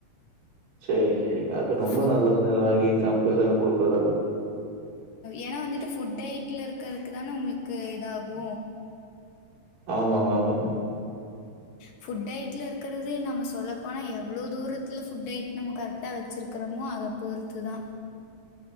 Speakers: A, on the right; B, on the left.
A: செரியி அது ரொம்ப
B: ஃபு
A: நல்லதுங்க ராகி கம் பு இதெல்லா குடுக்கறதெல்லா
B: ஏனா வந்துட்டு ஃபுட் டயட்ல இருக்கறக்கு தானே உங்குளுக்கு இதாகு
A: ஆமாமா ஆமாங்க
B: ஃபுட் டயட்ல இருக்கறதே நம்ம சொல்லப்போனா எவ்ளோ தூரத்துல ஃபுட் டயட் நம்ம கரெக்டா வெச்சிருக்குறமோ அத பொறுத்துதா